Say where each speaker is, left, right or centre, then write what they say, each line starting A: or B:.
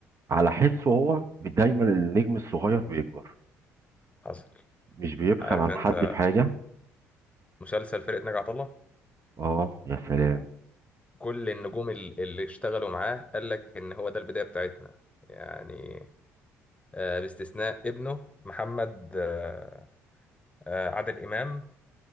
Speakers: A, on the right; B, on the left.
A: على حسه هو دايما النجم الصغير بيكبر
B: حصل
A: مش بيبخل
B: عارف
A: عن
B: أنت
A: حد في حاجه
B: مسلسل فرقة ناجي عطا الله
A: اه يا سلام
B: كل النجوم ال- اللي اشتغلوا معاه قال لك إن هو ده البداية بتاعتنا يعني آه، باستثناء ابنه محمد آه، آه، عادل إمام